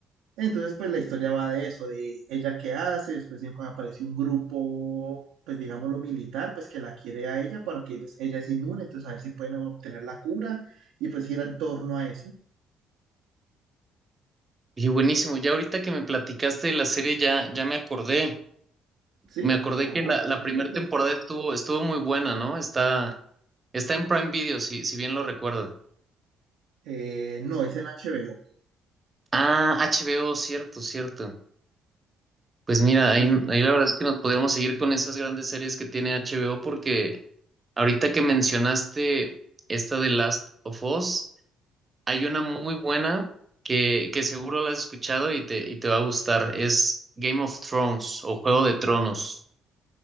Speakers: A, on the right; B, on the right.
A: Entonces, pues la historia va de eso, de ella qué hace, después de- cuando aparece un grupo, pues digámoslo militar, pues que la quiere a ella porque pues ella es inmune, entonces a ver si pueden obtener la cura y pues ir en torno a eso.
B: Y buenísimo, ya ahorita que me platicaste de la serie, ya, ya me acordé.
A: ¿Sí?
B: Me acordé
A: Ah,
B: que la,
A: bueno,
B: la primera
A: perfecto.
B: temporada estuvo, estuvo muy buena, ¿no? Está, está en Prime Video, si, si bien lo recuerdo.
A: Eh, no, es en HBO.
B: Ah, HBO, cierto, cierto. Pues mira,
A: Sí,
B: ahí,
A: sí.
B: ahí la verdad es que nos podríamos seguir con esas grandes series que tiene HBO porque ahorita que mencionaste esta de Last of Us, hay una muy buena que, que seguro la has escuchado y te, y te va a gustar. Es Game of Thrones o Juego de Tronos.